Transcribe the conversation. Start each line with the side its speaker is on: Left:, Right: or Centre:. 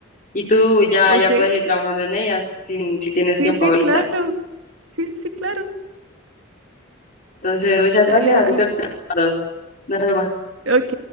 Left: y tú ya,
Right: Ok.
Left: ya puedes ir trabajando en ellas si, si tienes
Right: Sí,
Left: tiempo
Right: sí,
Left: ahorita.
Right: claro. Sí, sí, sí, claro.
Left: Entonces, muchas
Right: Dale,
Left: gracias, ahorita
Right: dale.
Left: te las mando. Nos vemos.
Right: Ok.